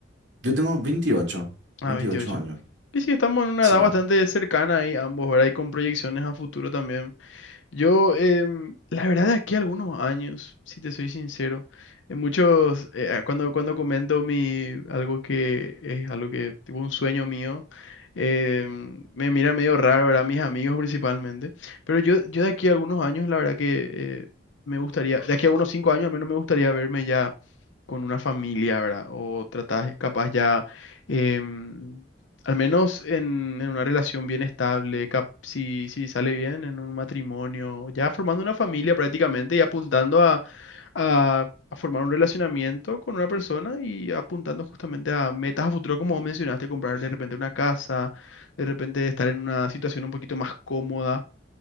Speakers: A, on the right; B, on the left.
A: Yo tengo veintiocho
B: Ah,
A: veintiocho
B: 28.
A: años,
B: Y sí, estamos en una
A: sí.
B: edad bastante cercana ahí ambos, ¿verdad? Y con proyecciones a futuro también. Yo, em, la verdad, de aquí a algunos años, si te soy sincero, en muchos, eh, ah, cuando, cuando comento mi, algo que es algo que, tipo un sueño mío, em, me mira medio raro, ¿verdad? Mis amigos principalmente. Pero yo, yo de aquí a algunos años, la verdad que eh, me gustaría, de aquí a unos cinco años al menos me gustaría verme ya con una familia, ¿verdad? O tratar, capaz ya, em, al menos en, en una relación bien estable, cap- si, si sale bien en un matrimonio, ya formando una familia prácticamente y apuntando a, a, a formar un relacionamiento con una persona y apuntando justamente a metas a futuro, como vos mencionaste, comprar de repente una casa, de repente estar en una situación un poquito más cómoda.